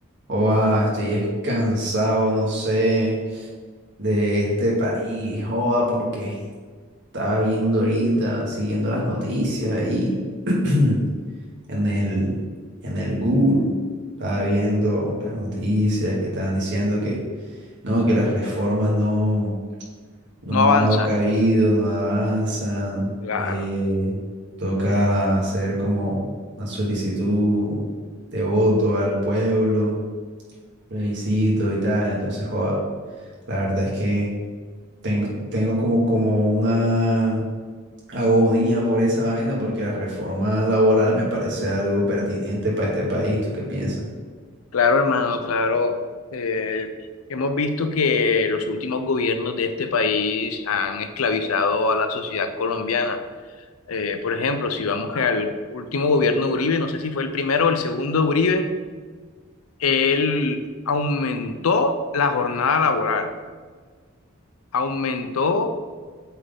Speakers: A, on the right; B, on the left.
A: Oa, estoy es- cansado, no sé, de este país, joa, porque estaba viendo ahorita, siguiendo las noticias ahí <clears throat> en el, en el Google, estaba viendo las noticias que estaban diciendo que no, que las reformas no, no
B: no
A: han
B: avanzan.
A: dado cabido, no avanzan,
B: Claro,
A: eh, toca hacer como una solicitud de voto al pueblo, plebiscito y tal, entonces joa. La verdad es que tengo, tengo como, como una agonía por esa vaina, porque la reforma laboral me parece algo pertinente para este país. ¿Tú qué piensas?
B: claro, hermano, claro. Eh, hemos visto que los últimos gobiernos de este país han esclavizado a la sociedad colombiana. Eh, por ejemplo, si vamos al último gobierno de Uribe, no sé si fue el primero o el segundo de Uribe, él aumentó la jornada laboral, aumentó